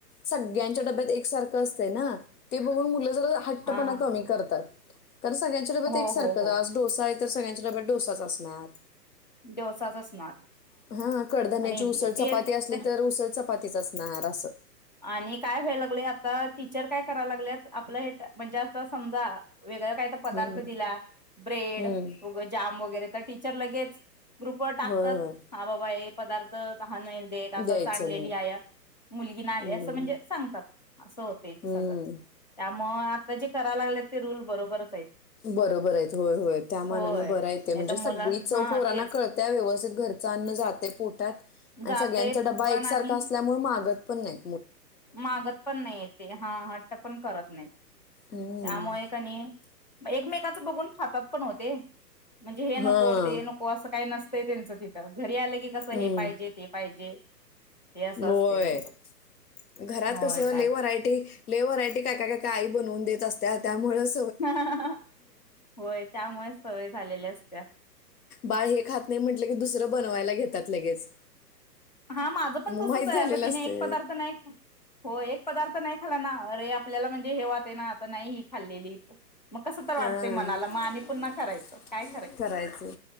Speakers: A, on the left; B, on the left.
A: सगळ्यांच्या डब्यात एक सारखं असत ना ते बघून मुल. हट्टपणा
B: हा
A: कमी करतात. कारण सगळ्यांच्याडेबत
B: हो
A: एक सारखं
B: हो हो
A: आज डोसा आहे. तर सगळ्यांच्या डब्यात डोसाच असणार.
B: डोसाच असणार.
A: हा कडधान्याची
B: आणि इडली
A: उसळ चपाती
B: ते
A: असली तर उसळ चपाती. तच असणार असं.
B: आणि काय व्हायला लागले आता टीचर काय करायला लागलेत आपलं हे म्हणजे असता समजा. वेगळ काय तर पदार्थ
A: हम्म,
B: दिला ब्रेड
A: हम्म.
B: जाम वगैरे टीचर लगेच ग्रुप टाकतात
A: होय होय
B: हा बाबा एक पदार्थ. <inaudible> असली
A: द्यायचं नाही
B: मुी नाही
A: हम्म,
B: जास्त म्हणजे सांगतात आस होते
A: हम्म.
B: सगळं त्या मूळ. आता जी कराय लागले ते रूल बरोबरच आहे.
A: बरोबर आहेत होय होय त्या मनान
B: होय
A: बरा येते म्हणजे
B: नाही तर मुला
A: सगळी चव
B: हा
A: पोरांना
B: तेच
A: कळत व्यवस्थित घरचं अन्न जाते पोटात आणि
B: जातय
A: सगळ्यांचा डबा
B: पण
A: एकसारखा
B: आणि
A: असल्यामुळे मागत पण नाही.
B: मागत पण नाही येत ते हा हट्ट पण करत नाही त्यामुळे
A: हम्म.
B: कानी. एकमेकाचं बघून खातात पण होते. म्हणजे हे नको
A: हां
B: ते नको असं काही नसत. ते त्यांच तिथं घरी आलं की, कस?
A: हम्म.
B: हे पाहिजे ते पाहिजे. ते असं
A: होय
B: असते त्यांचं.
A: घरात
B: होय
A: कस
B: काय
A: लई व्हरायटी. लय व्हरायटी काय? काय? काय? काय? आई बनवून देत असत्या त्यामुळेच.
B: ह होय त्यामुळेच सवय झालेली असते.
A: बाळ हे खात नाही म्हटलं की दुसरं बनवायला घेतात लगेच.
B: हा माझं पण
A: मग
B: तसच
A: माहीत
B: आहे
A: झालेलं
B: आता तिने
A: असते
B: एक पदार्थ नाही होय एक पदार्थ. नाही खाल्ला ना अरे आपल्याला म्हणजे हे वाटेना आता नाही ही खाल्लेली. मग कसं तर वाटते
A: अं
B: मनाला मग आणि पुन्हा करायचं
A: <inaudible>
B: काय
A: करायचं